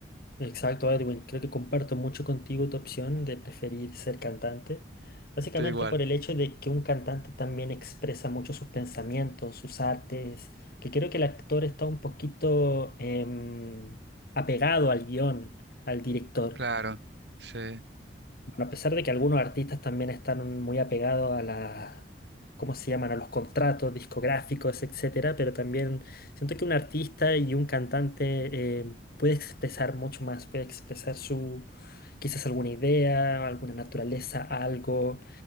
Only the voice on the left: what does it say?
Exacto, Edwin. Creo que comparto mucho contigo tu opción de preferir ser cantante. Básicamente
por el hecho de que un cantante también expresa mucho sus pensamientos, sus artes, que creo que el actor está un poquito em, apegado al guión, al director.
Bueno, A pesar de que algunos artistas también están muy apegados a las, ¿cómo se llaman? A los contratos discográficos, etcétera, pero también siento que un artista y un cantante eh, puede expresar mucho más, puede expresar su, quizás alguna idea, alguna naturaleza, algo.